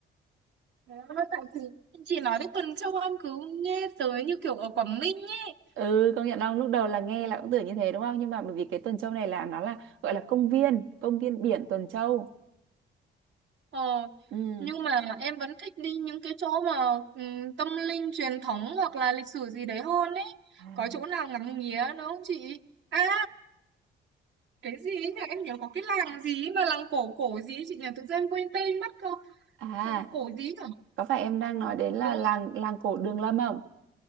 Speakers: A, on the right (about 65°); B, on the right (about 80°).
A: Đấy, tại chị chị nói đến Tuần Châu em cứ nghe tới như kiểu ở Quảng Ninh ấy
B: Ừ công nhận không lúc đầu là nghe là cũng tưởng như thế đúng không nhưng mà bởi vì cái Tuần Châu này là nó là gọi là công viên công viên biển Tuần Châu
A: ờ,
B: ừ
A: nhưng mà em vẫn thích đi những cái chỗ mà ừm, tâm linh truyền thống hoặc là lịch sử gì đấy hơn ấy
B: À.
A: có chỗ nào ngắm nghía nữa không chị à cái gì ấy nhỉ em nhớ có cái làng gì ấy mà làng cổ cổ gì ấy chị nhỉ tự nhiên em quên tên mất không
B: à
A: làng cổ gì nhỉ
B: có phải em đang nói đến là
A: đúng
B: làng làng cổ Đường Lâm không